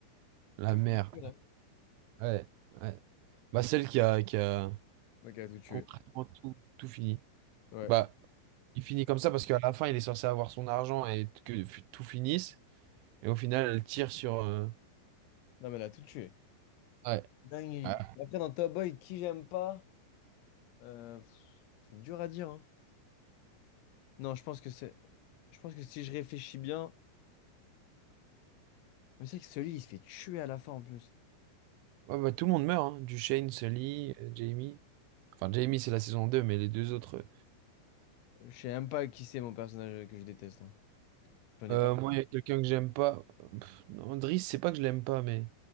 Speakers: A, on the right; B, on the left.
A: La
B: <laughs>
A: mère. Ouais. ouais. Bah, celle qui a, qui a
B: Ok, elle a tout tué.
A: concrètement tout, tout fini.
B: Ouais.
A: Bah, il finit comme ça parce qu'à la fin, il est censé avoir son argent et que f- tout finisse. Et au final, elle tire sur. euh,
B: Non, mais elle a tout tué.
A: Ouais.
B: Dinguerie.
A: Ouais.
B: Après, dans Top Boy, qui j'aime pas? Euh, pff, c'est dur à dire, hein. Non, je pense que c'est. Je pense que si je réfléchis bien. Mais c'est vrai que celui, il se fait tuer à la fin en plus.
A: Ouais, bah, tout le monde meurt, hein. Dushane, Sully, euh, Jamie. Enfin, Jamie, c'est la saison 2 mais les deux autres. euh.
B: Je sais même pas qui c'est mon personnage que je déteste. hein. J'en ai
A: Euh,
B: pas.
A: moi, il y a quelqu'un que j'aime pas. Pff, non, Driss, c'est pas que je l'aime pas, mais.